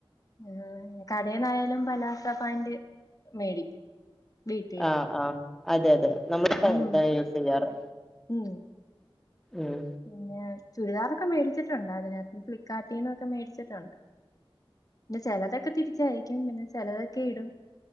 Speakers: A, on the left; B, in the centre.
A: ഞാന് കടേന്നായാലും പലാസൊ പാന്റ് മേടിക്കും വീട്ടിടാൻ
B: ആ ആ അതെ അതെ നമ്മുടെ സാദാ
A: ഉം
B: യൂസ് ചെയ്യാറ്
A: ഉം
B: ഉം
A: പിന്നെ ചുരിദാറൊക്ക മേടിച്ചിട്ടുണ്ട് അതിനാത്തിന് ഫ്ലിപ്കാർട്ടിന്നൊക്കെ മേടിച്ചിട്ട് <inaudible> പിന്നെ ചെലതൊക്കെ തിരിച്ചയക്കും പിന്നെ ചെലതൊക്കെ ഇടും